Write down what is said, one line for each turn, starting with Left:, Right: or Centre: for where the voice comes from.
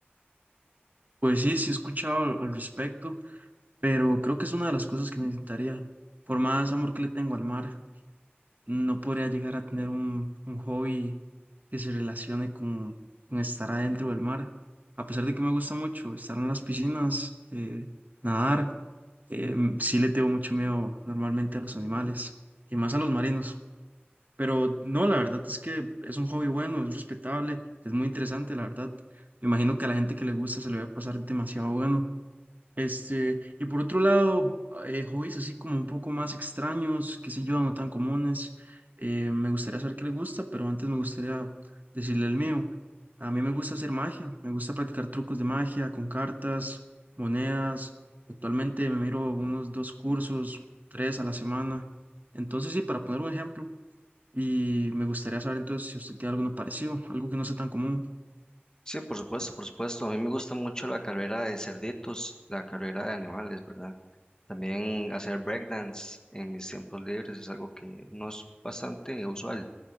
Right: Pues sí, sí he escuchado al, al respecto, pero creo que es una de las cosas que necesitaría. Por más amor que le tengo al mar, no podría llegar a tener un, un hobby que se relacione con, con estar adentro del mar. A pesar de que me gusta mucho estar en las piscinas, eh, nadar. Em, sí le tengo mucho miedo normalmente a los animales y más a los marinos. Pero no, la verdad es que es un hobby bueno, es respetable, es muy interesante, la verdad. Me imagino que a la gente que le gusta se le va a pasar demasiado bueno. Este, y por otro lado, eh, hobbies así como un poco más extraños, qué sé yo, no tan comunes. eh, me gustaría saber qué le gusta, pero antes me gustaría decirle el mío. A mí me gusta hacer magia, me gusta practicar trucos de magia con cartas, monedas. Actualmente me miro unos dos cursos, tres a la semana. Entonces, sí, para poner un ejemplo, y me gustaría saber entonces si usted tiene alguno parecido, algo que no sea tan común.
Left: Sí, por supuesto, por supuesto. A mí me gusta mucho la carrera de cerditos, la carrera de animales, ¿verdad? También hacer breakdance en mis tiempos libres es algo que no es bastante usual,